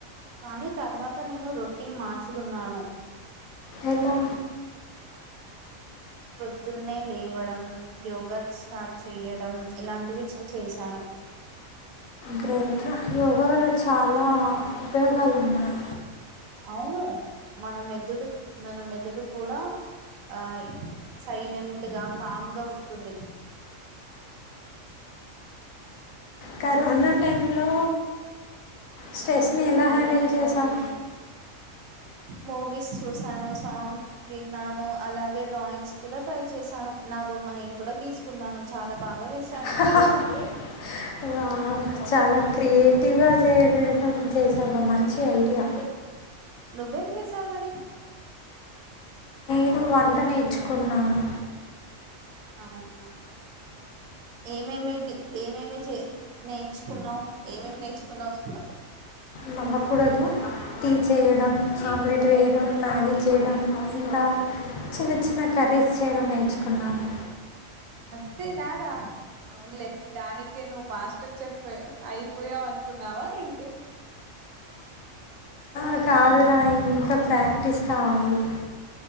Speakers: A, on the right; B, on the left.
A: కానీ తర్వాత నేను రొటీన్ మార్చుకున్నాను
B: ఎలా
A: ప్రొద్దున్నే లేవడం యోగా స్టార్ట్ చెయ్యడం ఇలాంటివి చేశాను
B: గ్రేట్ యోగా వల్ల చాలా ఉపయోగాలు ఉన్నాయి
A: అవును మన మెదుడుకి మన మెదుడు కూడా ఆ సైలెంట్గా కామ్గా ఉంటుంది
B: కరోనా టైంలో స్ట్రెస్ని ఎలా హ్యాండిల్ చేసావ్
A: మూవీస్ చూసాను సాంగ్ విన్నాను అలాగే డ్రాయింగ్స్ కూడా ట్రై చేశాను నా బొమ్మ నేను కూడా గీసుకున్నాను చాలా బాగా వేస్తా
B: హహహహా చాలా క్రియేటివ్ గా చేయటం చేసావ్ ఒక మంచి ఐడియా
A: నువ్వేం చేసావు మరి
B: ను వంట నేర్చుకున్నాను
A: అవునా ఏమేమి ఏమేమి చే నేర్చుకున్నావు ఏమేమి నేర్చుకున్నావు అసలు
B: నవ్వకూడదు టీ చేయడం ఆమ్లెట్ వేయడం మ్యాగి చేయడం ఇంకా చిన్న చి చిన్న కర్రీస్ చేయడం నేర్చుకున్నాను
A: అంతే నారా అవునులే దానికే నువ్వు మాస్టర్ చెప్ప అయిపోయావు అనుకున్నావా ఏంటి
B: ఇం కాదురాయి ఇంకా ప్రాక్టీస్ కావాలి